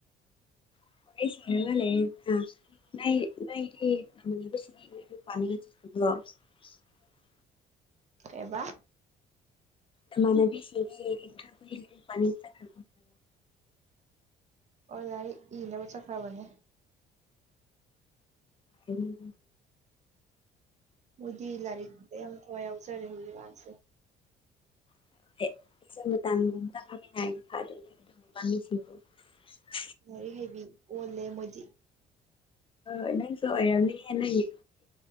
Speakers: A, on the left; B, on the right.
A: ꯍꯔ ꯁꯂꯒ ꯂꯩ ꯅ ꯅꯗꯤꯁꯤ ꯄꯅꯤꯡꯒ ꯑ
B: ꯀꯕꯥ
A: ꯑ ꯃꯅꯕꯤ ꯁꯤꯕ ꯏꯇ ꯈꯨꯏꯜ ꯄꯅꯤꯇ ꯀꯥ
B: ꯑꯣ ꯂꯥꯏꯔꯤꯛ ꯏꯅꯕ ꯆꯠꯈ꯭ꯔꯕꯅꯦ
A: ꯍꯦ
B: ꯃꯗꯤ ꯂꯔꯤꯛ ꯑꯦꯝ ꯊꯧꯋꯥꯏ ꯑꯖꯔꯔꯦꯍꯒꯤ ꯋꯥꯁ
A: ꯇꯁꯤ
B: ꯂꯥꯏꯔꯤꯛ ꯍꯩꯕꯤ ꯑꯣꯜꯂꯦ ꯃꯣꯏꯗꯤ
A: ꯑ ꯅꯪꯁꯨ ꯑꯣꯏꯔꯅꯤ ꯍꯦꯟꯅ ꯌꯦ